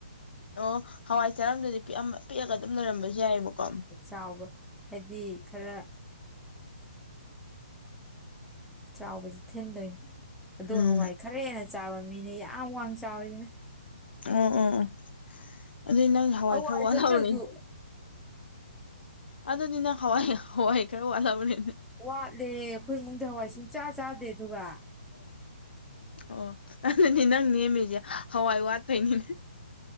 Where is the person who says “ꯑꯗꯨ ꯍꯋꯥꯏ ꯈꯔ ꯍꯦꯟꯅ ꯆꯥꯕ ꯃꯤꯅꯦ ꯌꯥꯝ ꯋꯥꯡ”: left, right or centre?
Centre